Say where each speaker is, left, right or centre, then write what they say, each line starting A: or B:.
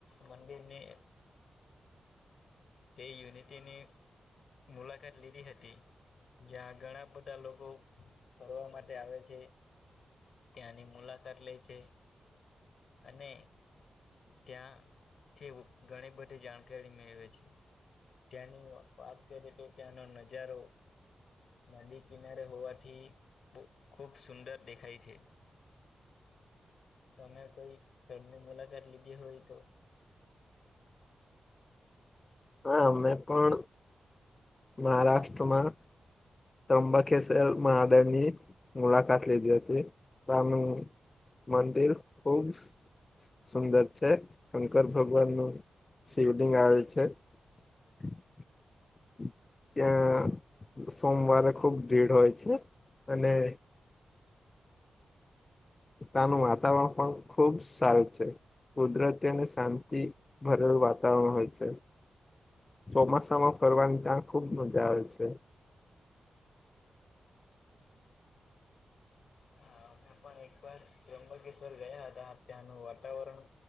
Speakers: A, on the left (about 75°); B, on the left (about 35°).
A: મંદિરની તે યુનિટીની મુલાકાત લીધી હતી જ્યાં ઘણા બધા લોકો ફરવા માટે આવે છે, ત્યાંની મુલાકાત લે છે. અને ત્યાં ઘણી બધી જાણકારી મેળવે છે. ત્યાંની વાત કરીએ તો ત્યાંનો નજારો નદી કિનારે હોવાથી ખૂબ સુંદર દેખાય છે. તમે કોઈ સ્થળની મુલાકાત લીધી હોય તો
B: હા અમે પણ મહારાષ્ટ્રમાં ત્રંબાકેસર મહાદેવની મુલાકાત લીધી હતી, તમે મંદિર ખુબ સુંદર છે, શંકર ભગવાનનું શિવલિંગ આવેલ છે. <inaudible> ત્યા સોમવારે ખુબ ભિડ હોય છે. અને ત્યાનું વાતાવરણ પણ ખુબ સારું છે. કુદરતી અને સાંતિથી ભરેલું વાતાવરણ હોય છે. ચોમાસામાં ફરવાની ત્યાં ખુબ મજા આવે છે.
A: હા અમે પણ એકવાર ત્રંબકેશ્વર ગયા હતા, ત્યાંનું વાતાવરણ